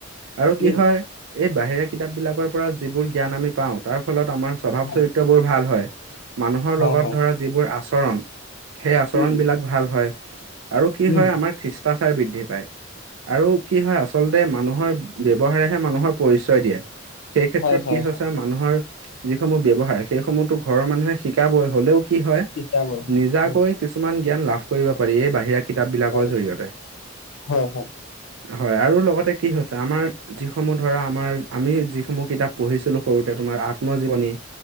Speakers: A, on the right (about 75°); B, on the left (about 80°).
A: আৰু কি
B: উম
A: হয় এই বাহিৰে কিতাপ বিলাকৰ পৰা যিবোৰ জ্ঞান আমি পাওঁ তাৰ ফলত আমাৰ স্বভাৱ
B: হয়
A: চৰিত্ৰবোৰ ভাল হয়। মানুহৰ
B: হয়
A: লগত
B: হয়
A: ধৰা যিবোৰ আচৰণ সেই আচৰণ
B: উম
A: বিলাক ভাল হয়। আৰু কি
B: উম
A: হয় আমাৰ খ্ৰীষ্টাচাৰ বৃদ্ধি পায় আৰু কি হয় আচল তাতে মানুহৰ ব্যৱহাৰেহে মানুহৰ পৰিচয় দিয়ে। সেই ক্ষেত্ৰত
B: হয় হয়
A: কি হৈছে
B: হয়
A: মানুহৰ যিসমূহ ব্যৱহাৰ সেইসমূহতো ঘৰৰ মানুহে শিকাবই হলেও - কি হয়
B: শিকাবই হয়
A: নিজাকৈ
B: উম
A: কিছুমান জ্ঞান লাভ কৰিব পাৰি। এই বাহিৰা - কিতাপ বিলাকৰ
B: পাৰি
A: জৰিয়তে।
B: পাৰি হয় হয়
A: হয়, আৰু লগতে কি হৈছে আমাৰ যিসমূহ ধৰা আমাৰ - আমি যিসমূহ কিতাপ পঢ়িছিলো সৰুতে তোমাৰ আত্মজীৱনী